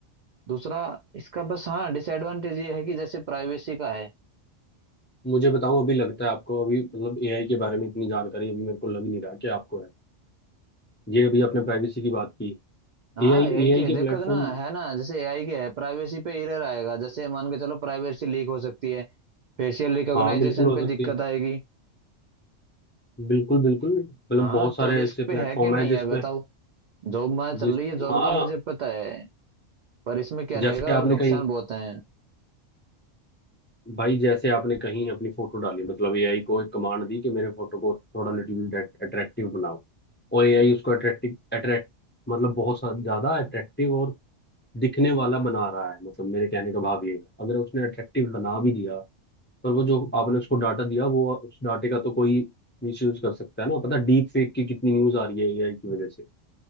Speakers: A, on the right; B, on the left.
A: दूसरा इसका बस हाँ डिसएडवांटेज ये है कि जैसे प्राइवेसी का है
B: मुझे बताओ अभी लगता है आपको अभी मतलब एआई के बारे में इतनी जानकारी अभी मेरे को लग नहीं रहा कि आपको है ये अभी आपने प्राइवेसी की बात की
A: हाँ
B: एआई
A: एआई
B: एआई
A: के
B: के
A: देखो
B: प्लेटफॉर्म
A: तो ना है ना जैसे एआई के है प्राइवेसी पे एरर आएगा जैसे मान के चलो प्राइवेसी लीक हो सकती है फेशियल रिकॉग्नाइजेशन
B: हाँ बिल्कुल हो
A: पे
B: सकती
A: दिक्कत
B: है
A: आएगी
B: बिल्कुल बिल्कुल मतलब
A: हाँ
B: बहुत सारे
A: तो रिस्क
B: ऐसे
A: पे
B: प्लेटफॉर्म
A: है कि नहीं
B: है जिसपे
A: है बताओ जॉब मार चल
B: जिस
A: रही है जॉब
B: हाँ
A: का मुझे पता है पर इसमें क्या रहेगा
B: जैसे
A: भाई
B: आपने
A: नुकसान
B: कही
A: बहुत है
B: भाई जैसे आपने कहीं अपनी फोटो डाली मतलब एआई को एक कमांड दी कि मेरे फोटो को थोड़ा लिटिल बिट अट्रैक्टिव बनाओ और एआई उसको अट्रैक्टिव अट्रैक्ट मतलब बहुत सा- ज्यादा अट्रैक्टिव और दिखने वाला बना रहा है मतलब मेरे कहने का भाव ये है अगर उसने अट्रैक्टिव बना भी दिया पर वो जो आपने उसको डाटा दिया वो उस डाटे का तो कोई मिसयूज कर सकता है ना पता डीप फेक की कितनी न्यूज आ रही है एआई की वजह से